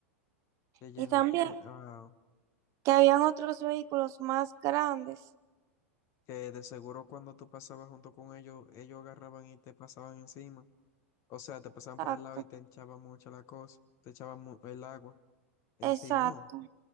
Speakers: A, on the left; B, on the right.
A: Se llena,
B: Y también
A: se- ah,
B: que habían otros vehículos más grandes.
A: que de seguro cuando tú pasabas junto con ellos, ellos agarraban y te pasaban encima. O sea, te pasaban
B: Exacto,
A: por el lado y te echaban mucha la cosa, te echaban mu- el agua encima,
B: exacto,
A: no.